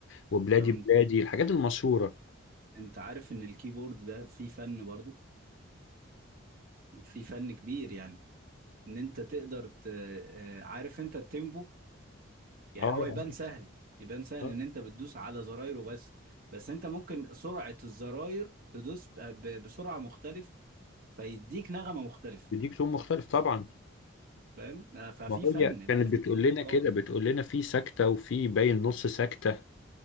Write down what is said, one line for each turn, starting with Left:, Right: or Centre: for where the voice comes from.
Left: وبلادي
Right: طب انت
Left: بلادي الحاجات المشهوره
Right: انت عارف ان الكيبورد ده فيه فن برضو فيه فن كبير يعني ان انت تقدر ت... آه، عارف انت التيمبو يعني
Left: اه آه،
Right: هو يبان سهل يبان سهل
Left: آه.
Right: ان انت بتدوس على زرايره بس بس انت ممكن سرعة الزراير تدوس ب... ب- بسرعة مختلفة فيديك نغمة مختلفة
Left: بيديك تون مختلف طبعا
Right: فاهم آه، ففي
Left: ما هي
Right: فن لا
Left: كانت
Right: في
Left: بتقول
Right: فن
Left: لنا
Right: قوي
Left: كده بتقول لنا في سكتة وفي باين نص سكتة